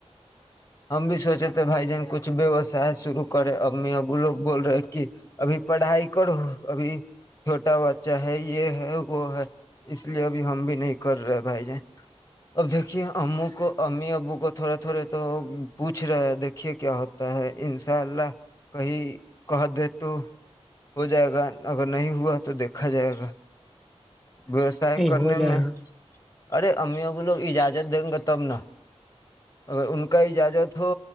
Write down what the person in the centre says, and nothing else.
نہیں
ہو جائے
گا